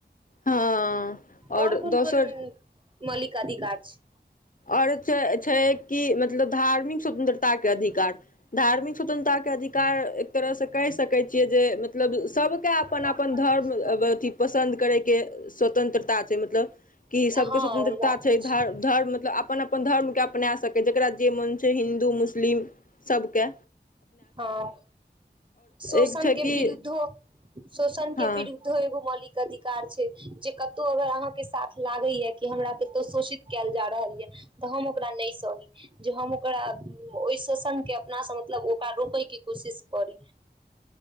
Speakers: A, on the left; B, on the right.
A: हँ आओर
B: और कोन
A: दोसर
B: कोन मौलिक अधिकार छै?
A: और छै छै कि मतलब धार्मिक स्वतंत्रता के अधिकार, धार्मिक स्वतंत्रता के अधिकार एक तरह से कैह सकै छियै जे मतलब सबके अपन-अपन
B: छै
A: धर्म अ व अथि पसन्द करैके स्वतंत्रता छै, मतलब कि सबके
B: हँ
A: स्वतंत्रता
B: ई बात
A: छै
B: अछि
A: धर धर्म ल अपन-अपन धर्मके अपना सकै जेकरा जे मन छै हिन्दू, मुस लिम सबके।
B: हँ शोषन
A: एक छै
B: के
A: कि
B: विरुद्धो शोषन के
A: हँ
B: बिरुद्धो एगो मौलिक कअधिकार छै जे कतहु अगर अहाँके साथ लागैया कि हमरा कतौ शोषित कयल जा रहल यै तऽ हम ओकरा नहि सही जे हम ओकरा ओहि शोषण के अपनासँ मतलब ओ रोकैके कोशिश करी